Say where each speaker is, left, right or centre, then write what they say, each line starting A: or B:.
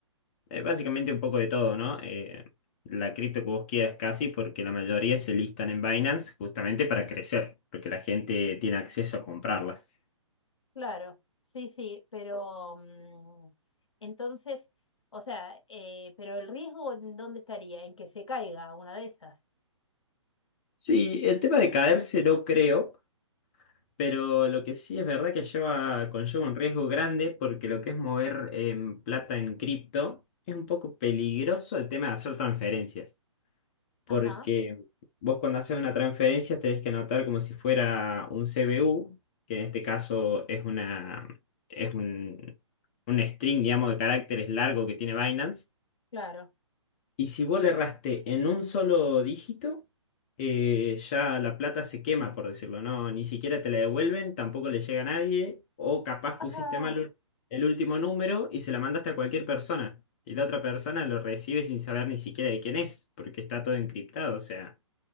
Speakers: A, on the left; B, on the left.
A: eh, básicamente un poco de todo, ¿no? Eh, la cripto que vos quieras casi, porque la mayoría se listan en Binance justamente para crecer, porque la gente tiene acceso a comprarlas.
B: Claro, sí, sí, pero mm, entonces, o sea, eh, pero el riesgo, ¿en dónde estaría? En que se caiga una de esas.
A: Sí, el tema de caerse no creo, pero lo que sí es verdad que lleva, conlleva un riesgo grande porque lo que es mover em, plata en cripto es un poco peligroso el tema de hacer transferencias. porque
B: Ajá,
A: vos cuando haces una transferencia tenés que anotar como si fuera un CBU, que en este caso es una, es un, un string, digamos, de caracteres largo que tiene Binance.
B: claro.
A: Y si vos le erraste en un solo dígito, eh, ya la plata se quema, por decirlo, ¿no? Ni siquiera te la devuelven, tampoco le llega a nadie, o capaz
B: Ajá.
A: pusiste mal un- el último número y se la mandaste a cualquier persona. Y la otra persona lo recibe sin saber ni siquiera de quién es, porque está todo encriptado, o sea.